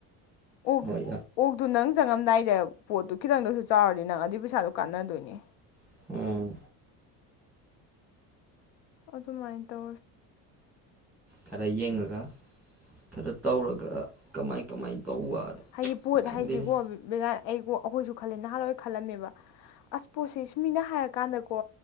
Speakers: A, on the left; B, in the centre.
A: ꯑꯣꯛ
B: ꯍꯣꯏ
A: ꯑꯣꯛꯇꯣ ꯅꯪ ꯆꯪꯉꯝꯗꯥꯏꯗ ꯄꯣꯠꯇꯨ ꯈꯤꯇꯪꯗꯁꯨ ꯆꯥꯎꯔꯗꯤ ꯅꯪ ꯑꯗꯨꯏ ꯄꯩꯁꯥꯗꯨꯣ ꯀꯥꯟꯅꯗꯣꯏꯅꯦ
B: ꯑꯥ
A: ꯑꯗꯨꯗꯃꯥꯏꯗꯣ
B: ꯈꯔꯌꯦꯉꯒ ꯈꯔ ꯇꯧꯔꯒ ꯀꯃꯥꯏ ꯀꯃꯥꯏ ꯇꯧꯕ
A: ꯍꯥꯏꯗꯤ ꯄꯣꯠ
B: ꯈꯪꯗꯦꯅꯦ
A: ꯍꯥꯏꯁꯤꯀꯣ <inaudible> ꯑꯩꯣ ꯑꯩꯈꯣꯏꯁꯨ ꯈꯜꯂꯦ ꯅꯍꯥꯟꯋꯥꯏ ꯈꯜꯂꯝꯃꯦꯕ ꯑꯁ ꯄꯣꯠꯁꯦ ꯁꯨꯃꯤꯅ ꯍꯥꯏꯔꯀꯥꯟꯗꯀꯣ